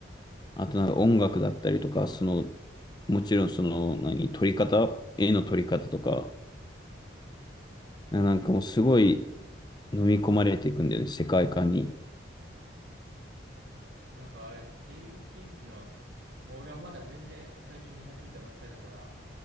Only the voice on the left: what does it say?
あとなんか音楽だったりとか、その、もちろんその何、撮り方、絵の撮り方とか、なんかもうすごい飲み込まれていくんだよね、世界観に。